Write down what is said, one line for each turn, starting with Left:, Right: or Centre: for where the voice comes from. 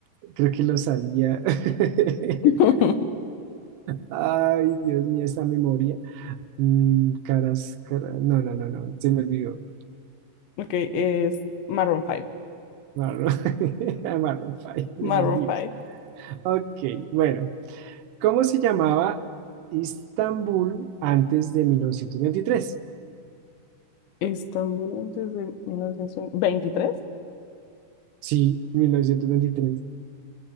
Right: creo que lo sabía. <laughs>
Left: <laughs>
Right: Ay, Dios mío, esta memoria. Mm, caras, caras. No, no, no, no. Se me olvidó.
Left: Ok, es Maroon 5.
Right: Marlon, <laughs> a Marlon Fay, por
Left: Maroon
Right: Dios.
Left: 5.
Right: Ok, bueno. ¿Cómo se llamaba Istambul antes de 1923?
Left: Estambul antes de 1923.
Right: Sí, 1923.